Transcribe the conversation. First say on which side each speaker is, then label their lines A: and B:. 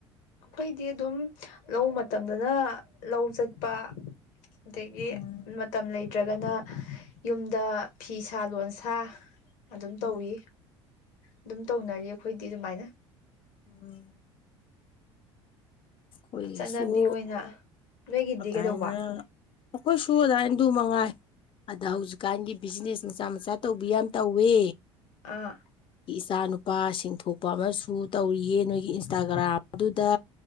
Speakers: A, on the left; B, on the left.
A: ꯑꯩꯈꯣꯏꯗꯤ ꯑꯗꯨꯝ ꯂꯧ ꯃꯇꯝꯗꯅ ꯂꯧ ꯆꯠ ꯄ ꯑꯗꯒꯤ
B: ꯎꯝ
A: ꯃꯇꯝ ꯂꯩꯇ꯭ꯔꯒꯅ ꯌꯨꯝꯗ ꯐꯤ ꯁꯥ ꯂꯣꯟꯁꯥ ꯑꯗꯨꯝ
B: ꯎꯝ
A: ꯇꯧꯋꯤ ꯑꯗꯨꯝ ꯇꯧꯅꯔꯤ ꯑꯩꯈꯣꯏꯗꯤ ꯑꯗꯨꯃꯥꯏꯅ
B: ꯎꯝ ꯑꯩꯈꯣꯏꯒꯤꯁꯨ
A: ꯆꯠꯅꯕꯤ ꯑꯣꯏꯅ ꯅꯣꯏꯒꯤꯗꯤ
B: ꯑꯗꯨꯃꯥꯏꯅ
A: ꯀꯩꯗꯧꯕ
B: ꯑꯩꯈꯣꯏꯁꯨ ꯑꯗꯨꯃꯥꯏ ꯃꯉꯥꯏ ꯑꯗ ꯍꯧꯖꯤꯛꯀꯥꯟꯒꯤ ꯕꯤꯖꯤꯅꯦꯁ ꯃꯆꯥ ꯃꯆꯥ ꯇꯧꯕꯤ ꯌꯥꯝ ꯇꯧꯋꯦ
A: ꯑꯥ
B: ꯏꯆꯥ ꯅꯨꯄꯥ ꯁꯤꯡꯊꯣꯛꯄ ꯑꯃꯁꯨ ꯇꯧꯔꯤꯌꯦ ꯅꯣꯏꯒꯤ ꯏꯟꯁꯇꯥꯒ꯭ꯔꯥꯝ ꯑꯗꯨꯗ